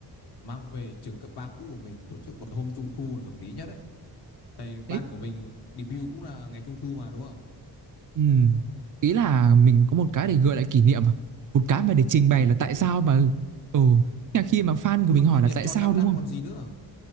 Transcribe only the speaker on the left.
mang về trường cấp 3 cũ của mình tổ chức vào cái hôm trung thu là hợp lý nhất đấy. Tại ban
của mình debut cũng là ngày trung thu mà đúng không?
Ừ.
Đúng,
đúng
là
kỷ
niệm
tròn
5
năm
còn gì nữa.